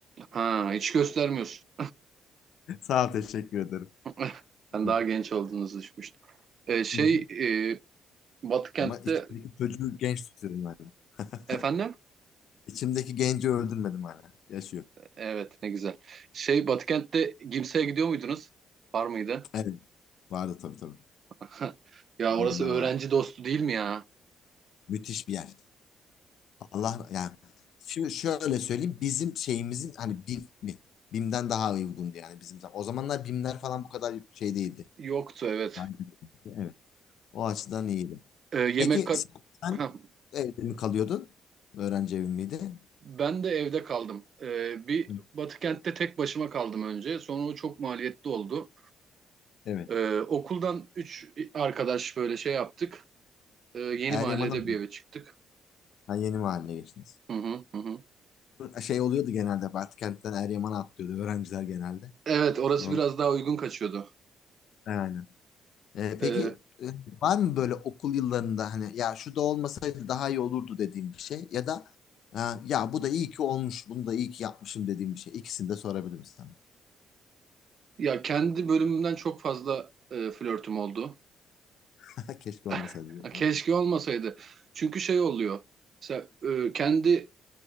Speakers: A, on the right; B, on the left.
A: Ha, hiç göstermiyorsun.
B: <laughs> Sağ ol, teşekkür ederim.
A: <laughs> Ben
B: Hı
A: daha genç olduğunuzu düşünmüştüm. Ee, şey
B: hı.
A: e, Batıkent'te
B: Ama içimdeki çocuğu genç tutuyorum hala. <laughs>
A: efendim?
B: İçimdeki genci öldürmedim hala. Yaşıyor.
A: Evet ne güzel. Şey Batıkent'te Gimse'ye gidiyor muydunuz? Var mıydı?
B: Evet. Vardı tabii tabii.
A: <laughs> Ya orası
B: Onlar
A: öğrenci
B: var.
A: dostu değil mi ya?
B: Müthiş bir yer. Allah yani şimdi şöyle söyleyeyim bizim şeyimizin hani BİM mi? BİM'den daha uygundu yani bizim zaman. O zamanlar BİM'ler falan bu kadar şey değildi.
A: Yoktu evet.
B: Yani, evet. O açıdan iyiydi.
A: Ee, yemek
B: Peki
A: kat...
B: sen, sen
A: <laughs>
B: evde mi kalıyordun? Öğrenci evi miydi?
A: Ben de evde kaldım. Ee, bir
B: Hı,
A: Batıkent'te tek başıma kaldım önce. Sonra o çok maliyetli oldu.
B: Evet.
A: Ee, okuldan üç arkadaş böyle şey yaptık. Ee, yeni
B: Eryaman'a
A: mahallede
B: mı?
A: bir eve çıktık.
B: ha, yeni mahalle geçtiniz.
A: Hı hı, hı hı.
B: Şey oluyordu genelde Batkent'ten Eryaman'a atlıyordu öğrenciler genelde.
A: Evet, orası
B: Onun,
A: biraz daha uygun kaçıyordu.
B: yani Ee,
A: Ee,
B: peki e, var mı böyle okul yıllarında hani ya şu da olmasaydı daha iyi olurdu dediğim bir şey ya da e, ya bu da iyi ki olmuş bunu da iyi ki yapmışım dediğim bir şey. İkisini de sorabilirim sana.
A: ya kendi bölümümden çok fazla e, flörtüm oldu.
B: <laughs> Keşke
A: <laughs>
B: olmasaydı. diyorum.
A: Keşke olmasaydı. Çünkü şey oluyor. Mesela e, kendi